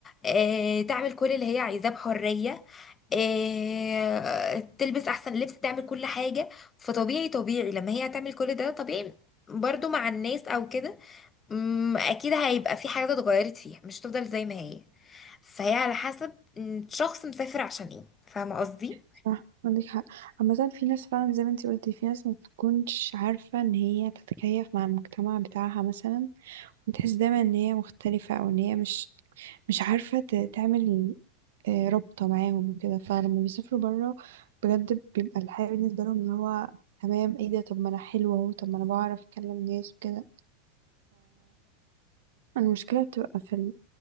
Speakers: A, on the left; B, on the right.
A: آه، تعمل كل اللي هي عايزاه بحرية آه، تلبس احسن لبس تعمل كل حاجة فطبيعي طبيعي لما هي هتعمل كل ده طبيعي برضو مع الناس او كده مم، اكيد هيبقى في حاجات اتغيرت فيها مش هتفضل زي ما هي فهي على حسب مم، الشخص مسافر عشان ايه فاهمه قصدي
B: صح عندك حق عامة في ناس فعلا زي ما انتي قلتي في ناس ما بتكونش عارفة ان هي تتكيف مع المجتمع بتاعها مثلا بتحس دايما ان هي مختلفة او ان هي مش مش عارفة ت- تعمل آه، رابطة معاهم وكده فلما بيسافروا برا بجد بيبقى الحياة بالنسبة لهم اللي هو تمام ايه ده طب ما انا حلوة اهو طب ما انا بعرف اكلم ناس وكده فالمشكلة بتبقى في